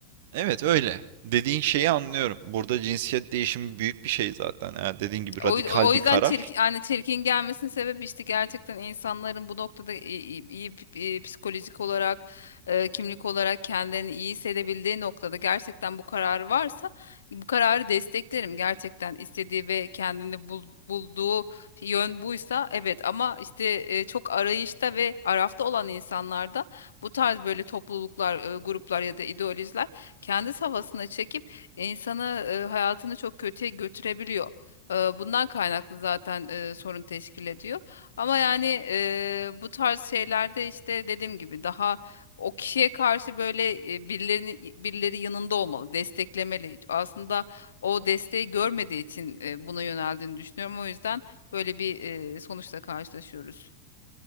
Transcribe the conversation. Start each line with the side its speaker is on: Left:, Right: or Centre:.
Right: Evet öyle. Dediğin şeyi anlıyorum. Burada cinsiyet değişimi büyük bir şey zaten. Eğer dediğin gibi
Left: O,
Right: radikal
Left: o
Right: bir
Left: yüzden
Right: karar.
Left: çirkin, yani çirkin gelmesinin sebebi işte gerçekten insanların bu noktada iyi, iyi- iyi psikolojik olarak, e, kimlik olarak kendilerini iyi hissedebildiği noktada gerçekten bu kararı varsa bu kararı desteklerim. Gerçekten istediği ve kendini bul- bulduğu yön buysa evet ama işte e, çok arayışta ve arafta olan insanlarda bu tarz böyle topluluklar, e, gruplar ya da ideolojiler kendi havasına çekip insanı e, hayatını çok kötüye götürebiliyor. Eee, Bundan kaynaklı zaten eee, sorun teşkil ediyor. Ama yani eee, bu tarz şeylerde işte dediğim gibi daha o kişiye karşı böyle e, birilerini birileri yanında olmalı, desteklemeli. Aslında o desteği görmediği için e, buna yöneldiğini düşünüyorum. O yüzden böyle bir e, sonuçla karşılaşıyoruz.